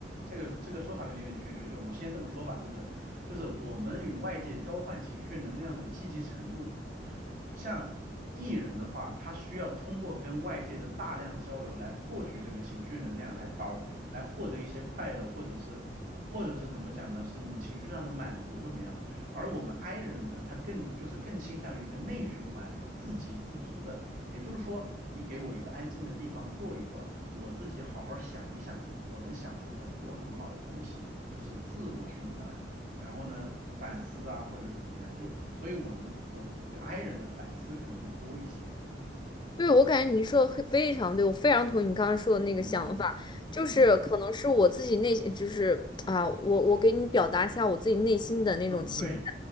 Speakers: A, on the right; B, on the left.
A: 这个这个说法可能有点玄学，就我先这么说吧，就是就是我们与外界交换情绪能量的积极程度，像 E 人的话，他需要通过跟外界的大量交流来获取这个情绪能量，来导来获得一些快乐，或者是或者是怎么讲呢？是情绪上的满足怎么样？而我们 I 人呢，他更就是更倾向于一个内循环，自给自足的。也就是说，你给我一个安静的地方坐一会儿，我自己好好想一想，我能想出很多很好的东西，就是自我循环。然后呢，反思啊，或者是怎么样，就所以我们我就 I 人的反思可能会多一些。
B: 对，我感觉你说的很非常对，我非常同意你刚刚说的那个想法，
A: 嗯嗯
B: 就是可能是我自己内，
A: 嗯
B: 就是啊，我我给你表达一下我自己内心的那种情。
A: 嗯，对